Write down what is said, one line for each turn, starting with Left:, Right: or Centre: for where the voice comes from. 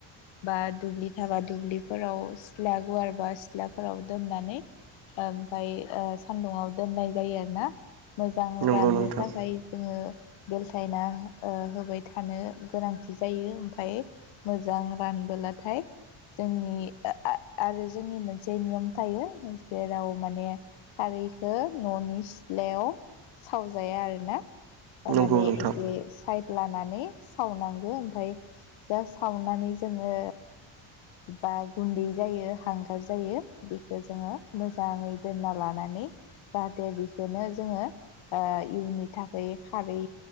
Left: बा दुब्लि थाबा दुब्लिफोराव सिथ्ला गुवारबा सिथ्लाफोराव दोननानै ओमफाय ओ सान्दुङाव दोननाय जायो आर ना मोजां
Right: नंगौ
Left: राननो
Right: नोंथां
Left: थाखाय जोङो बे यना ओ होबाय थानो गोनांथि जायो ओमफ्राय मोजां रानबोलाथाय जोंनि आरो जोंनि मोनसे नियम थायो जेराव माने खारैखौ ननि सिथ्लायाव सावजाया आरोना तामाने
Right: नंगौ नोंथां
Left: एसे साइड लानानै सावनांगो ओमफ्राय जा सावनानै जोंङो बा गुन्दै जायो हांगार जायो बेखौ जोंङो मोजाङै दोनना लानानै जाहाथे बिखौनो जोंङो इयुननि थाखाय खारै